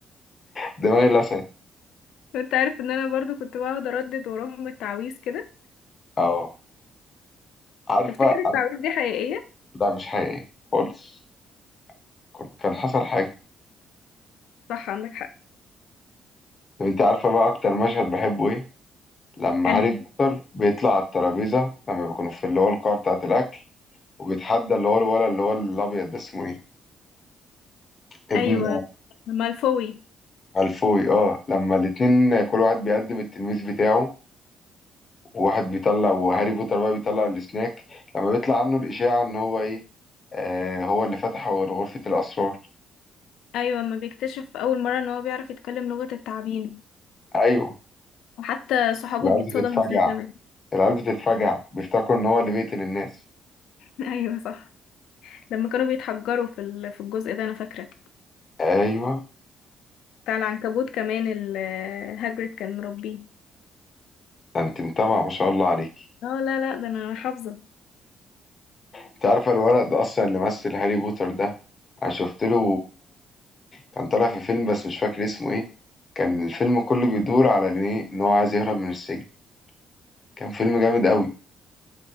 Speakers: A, on the left (about 40°); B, on the left (about 80°).
A: دماغي لسعت
B: وانت عارف ان انا برضو كنت بقعد اردد وراهم التعويذ كده
A: أو عارفة
B: تفتكر التعويذ
A: عارف-
B: دي حقيقية
A: لا مش حقيقي خالص كن- كان حصل حاجة
B: صح عندك حق
A: طب أنت عارفة بقى أكتر مشهد بحبه إيه؟ لما
B: يعني
A: هاري بوتر بيطلع على الترابيزة لما بيكونوا في اللي هو القاعة بتاعة الأكل وبيتحدى اللي هو الولد اللي هو الأبيض ده اسمه إيه؟ ابن
B: ايوه مالفوي
A: مالفوي أه لما الاتنين كل واحد بيقدم التلميذ بتاعه وواحد بيطلع وهاري بوتر بقى بيطلع السناك لما بيطلع عنه الإشاعة إن هو إيه؟ آه هو اللي فتح غرفة الأسرار
B: ايوه ما بيكتشف اول مرة ان هو بيعرف يتكلم لغة التعابين
A: أيوه
B: وحتى صحابه
A: العيال
B: بيتصدموا
A: بتتفاجئ
B: فيه كمان
A: العيال بتتفجع بيفتكروا ان هو اللي بيقتل الناس
B: <laughs> ايوه صح لما كانوا بيتحجروا في ال- في الجزء ده انا فاكرة
A: ايوه
B: بتاع العنكبوت كمان ال- هاجريد كان مربيه
A: ده انت متابعه ما شاء الله عليك
B: اه لا لا ده انا حافظه
A: انت عارفه الولد ده اصلا اللي مثل هاري بوتر ده انا شفت له كان طالع في فيلم بس مش فاكر اسمه ايه كان الفيلم كله بيدور على ان ايه ان هو عايز يهرب من السجن كان فيلم جامد قوي